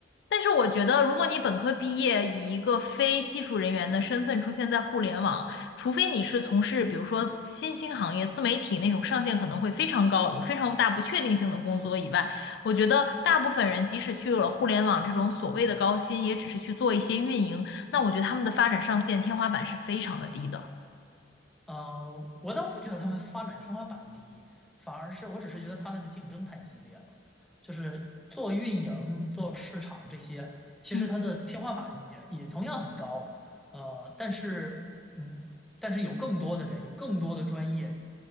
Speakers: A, on the left; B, in the centre.
A: 但是我觉得，如果你本科毕业，以一个非技术人员的身份出现在互联网，除非你是从事比如说新兴行业、自媒体那种上限可能会非常高、有非常大不确定性的工作以外，我觉得大部分人即使去了互联网这种所谓的高薪，也只是去做一些运营。那我觉得他们的发展上限天花板是非常的低的。
B: 嗯，我倒不觉得他们发展天花板低，反而是我只是觉得他们的竞争太激烈了。就是做运营、做市场这些，其实它的天花板也也同样很高。
A: 嗯，
B: 呃，但是，嗯，但是有更多的人，有更多的专业